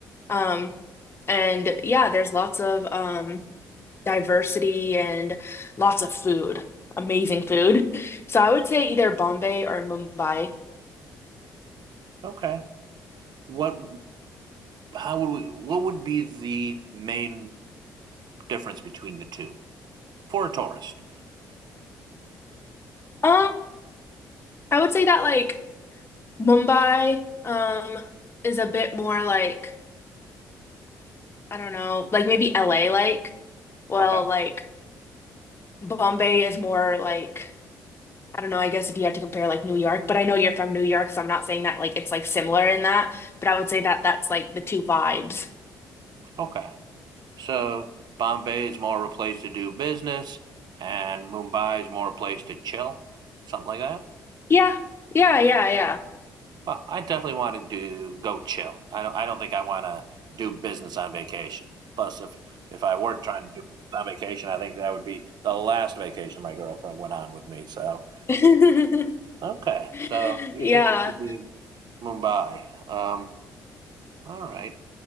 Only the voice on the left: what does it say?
Um, and yeah, there's lots of um diversity and lots of food, amazing food. <laughs> So I would say either Bombay or Mumbai.
Um, I would say that like Mumbai um is a bit more like I don't know, like maybe LA like well
like Bombay is more like, I don't know, I guess if you had to compare like New York, but I know you're from New York, so I'm not saying that like it's like similar in that, but I would say that that's like the two vibes.
Yeah. Yeah, yeah,
yeah.
<laughs>
Yeah.